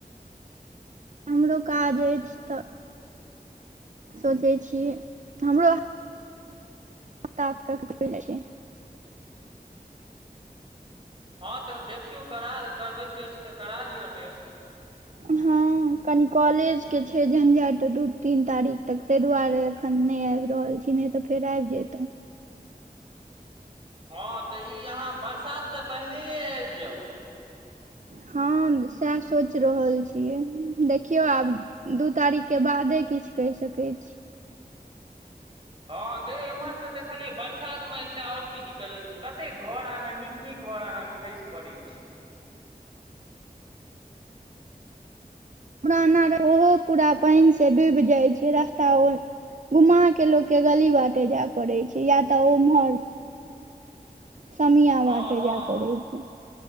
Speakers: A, on the right (about 50°); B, on the right (about 35°).
A: हमरो काज अछि त सोचय छियै, हमरो तातक क पहिल छै <unintelligible>
B: हँ त देखियौ कराल करबैके अछि त करा लिअ टेस्ट।
A: हां। कनि कॉलेज के छै झंझट दू-तीन तारीक तक तै दुआरे अखन नै आएब रहल छी नै ते फेर आएब जेतौ।
B: हां तऽ ई अहाँ बरसात से पहिनैये आएब जाउ।
A: हां साएह सोच रहल छियै देखियौ आब। दू तारीक के बादे किछ कैह सकै छी।
B: हां ते एम्हर तऽ देखलियै बरसात मे एकटा और की दिक्कत कते घर आंगन नीक-नीक घर आंगन खैस पड़ै छै।
A: पुराना घर उहो पूरा पेएन से डूब जाय छै रस्ता ओ घुमा के लोक के गली बाटे जाय पड़े छै या तऽ ओ उम्हर समिया
B: हँ
A: बाटे
B: हँ
A: जाय पड़ै छै।